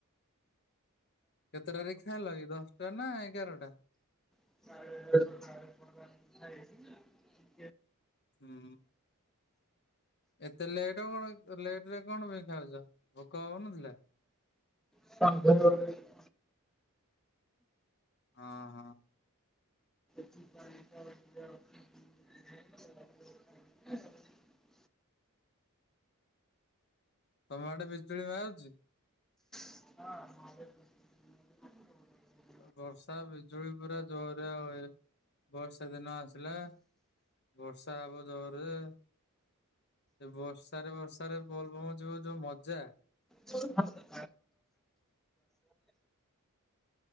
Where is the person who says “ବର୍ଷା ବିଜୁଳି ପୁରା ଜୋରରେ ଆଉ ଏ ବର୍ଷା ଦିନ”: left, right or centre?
Left